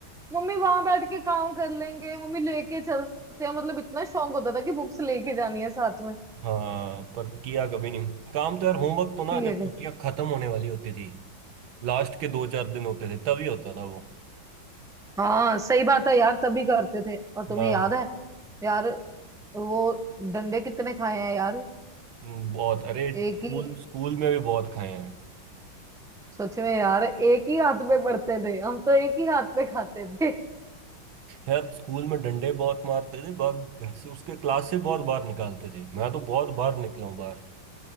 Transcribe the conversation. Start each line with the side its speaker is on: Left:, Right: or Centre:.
Centre: मम्मी वहां बैठ के काम कर लेंगे मम्मी लेके चलते हैं मतलब इतना शौक होता था कि बुक्स लेके जानी है साथ में
Right: हाँ पर किया कभी नहीं काम तो यार होमवर्क तो ना
Centre: ठीक
Right: जब
Centre: है फिर।
Right: छुट्टियां खत्म होने वाली होती थी लास्ट के दो चार दिन होते थे तभी होता था वो
Centre: हाँ सही बात है यार तभी करते थे और तुम्हें
Right: हाँ
Centre: याद है यार वो डंडे कितने खाए हैं यार
Right: हम्म, बहुत अरे
Centre: एक
Right: स्कूल
Centre: ही
Right: स्कूल में भी बहुत खाए हैं
Centre: सच में यार एक ही हाथ में पड़ते थे हम तो एक ही हाथ में खाते थे
Right: यार स्कूल में डंडे बहुत मारते थे बग घर से उसके क्लास से बहुत बार निकालते थे मैं तो बहुत बार निकला हूँ बाहर